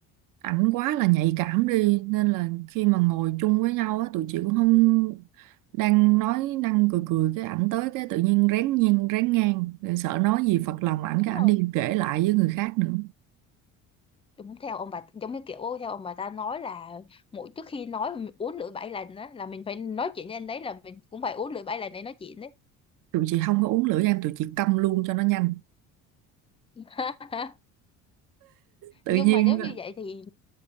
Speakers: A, on the right (about 70°); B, on the left (about 15°).
A: ảnh quá là nhạy cảm đi nên là khi mà ngồi chung với nhau á tụi chị cũng không đang nói năng cười cười cái ảnh tới cái tự nhiên rén nhiên rén ngang rồi sợ nói gì phật lòng ảnh
B: Đúng
A: cái ảnh
B: rồi.
A: đi kể lại với người khác nữa
B: đúng theo ông bà giống như kiểu theo ông bà ta nói là mỗi trước khi nói mà mình uống lưỡi bảy lần á là mình phải nói chuyện với anh đấy là mình cũng phải uống lưỡi bảy lần để nói chuyện đấy
A: tụi chị không có uống lửa em tụi chị câm luôn cho nó nhanh
B: <laughs>
A: tự
B: nhưng
A: nhiên
B: mà nếu như vậy thì